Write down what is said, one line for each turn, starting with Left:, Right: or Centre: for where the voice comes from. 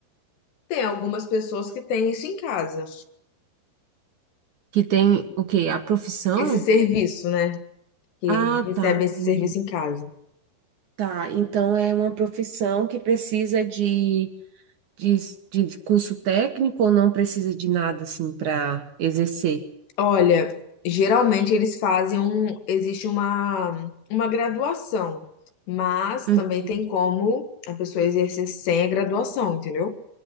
Left: Tem algumas pessoas que têm isso em casa,
Right: Que tem o quê? A profissão?
Left: esse serviço, né? Que
Right: Ah,
Left: recebem
Right: tá,
Left: esse
Right: entendi.
Left: serviço em casa.
Right: Tá, então é uma profissão que precisa de, de, de curso técnico ou não precisa de nada assim para exercer?
Left: Olha, geralmente eles fazem um, existe uma, uma graduação, mas
Right: Uhum.
Left: também tem como a pessoa exercer sem a graduação, entendeu?